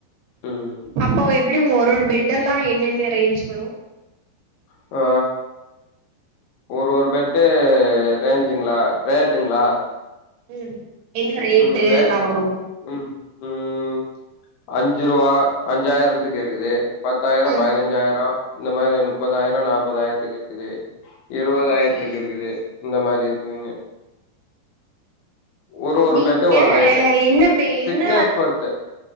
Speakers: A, on the left (about 85°); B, on the right (about 80°).
A: ம்
B: அப்போ எப்டி ஒரு ஒரு பெட் எல்லா என்னென்ன ரேஞ்ச் வரு
A: ஆ ஒரு ஒரு பெட்டு ரேஞ்சுங்ளா ரேட்டுங்ளா
B: ம் என்ன
A: ம் ரேட்டு
B: எல்லா வரு
A: ம் ம் அஞ்சு ரூவா அஞ்சாயிரத்துக்கு இருக்குது பத்தாயிரோ
B: ம்
A: பதினஞ்சாயிரோ இந்த மாரி முப்பதாயிரம் நாப்பதாயிரத்துக்கு இருக்குது இருபதாயிரத்துக்கு
B: ஓகே
A: இருக்குது இந்த மாரி இருக்குதுங்க ஒ ஒரு ஒரு
B: நீங்க
A: பெட்டு ஒரு ரேட்டு.
B: என்ன என்ன
A: திக்னஸ் பொறுத்து.